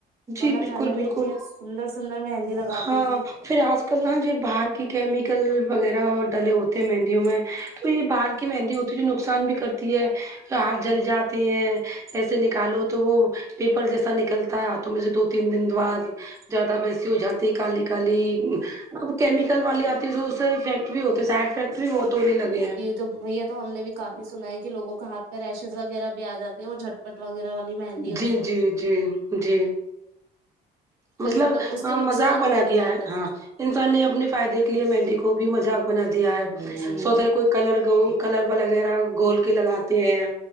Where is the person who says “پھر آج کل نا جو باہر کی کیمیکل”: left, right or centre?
Right